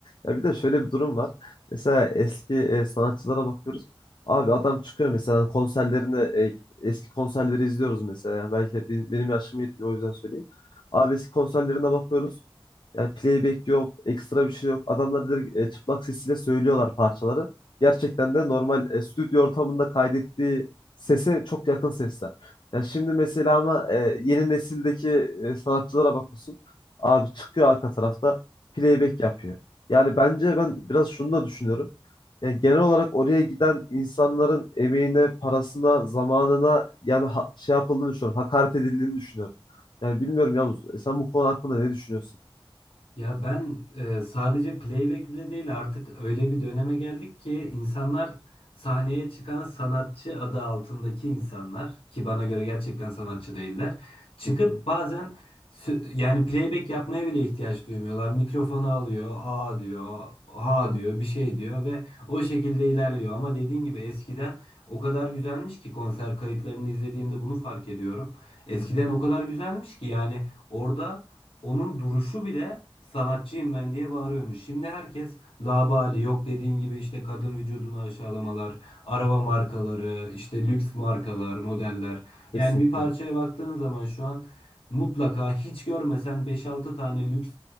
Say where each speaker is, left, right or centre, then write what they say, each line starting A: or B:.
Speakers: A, on the left; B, on the left.
A: Ya bir de şöyle bir durum var. Mesela eski e, sanatçılara bakıyoruz. Abi adam çıkıyor mesela hani konserlerini e, eski konserleri izliyoruz mesela. Yani belki benim, benim yaşım yetmiyor o yüzden söyleyeyim. Abi eski konserlerine bakıyoruz. Yani playback yok, ekstra bir şey yok. Adamlar direkt e, çıplak sesiyle söylüyorlar parçaları. Gerçekten de normal e, stüdyo ortamında kaydettiği sese çok yakın sesler. Yani şimdi mesela ama e, yeni nesildeki e, sanatçılara bakıyorsun. Abi çıkıyor arka tarafta playback yapıyor. Yani bence ben biraz şunu da düşünüyorum. Yani genel olarak oraya giden insanların emeğine, parasına, zamanına yani ha- şey yapıldığını düşünüyorum. Hakaret edildiğini düşünüyorum. Yani bilmiyorum Yavuz, e, sen bu konu hakkında ne düşünüyorsun?
B: Ya ben e, sadece playback bile değil artık öyle bir döneme geldik ki insanlar sahneye çıkan sanatçı adı altındaki insanlar ki bana göre gerçekten sanatçı değiller çıkıp
A: Hı hı.
B: bazen sü- yani playback yapmaya bile ihtiyaç duymuyorlar. Mikrofonu alıyor, a diyor, ha diyor, bir şey diyor ve o şekilde ilerliyor. Ama dediğin gibi eskiden o kadar güzelmiş ki konser kayıtlarını izlediğimde bunu fark ediyorum. Eskiden
A: Hı hı.
B: o kadar güzelmiş ki yani orada onun duruşu bile sanatçıyım ben diye bağırıyormuş. Şimdi herkes labali yok dediğin gibi işte kadın vücudunu aşağılamalar, araba markaları, işte lüks markalar, modeller.
A: Kesinlikle.
B: Yani bir parçaya baktığın zaman şu an mutlaka hiç görmesen beş altı tane lüks